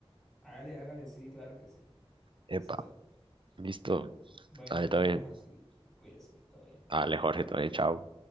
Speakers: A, in the centre; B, on the right.
A: Hágale, hágale, sí, claro que sí.
B: Epa,
A: Listo.
B: listo.
A: Bueno,
B: Dale,
A: te
B: todo
A: quedamos
B: bien.
A: así. Cuídese, todo bien.
B: Dale, Jorge, todo bien, chao.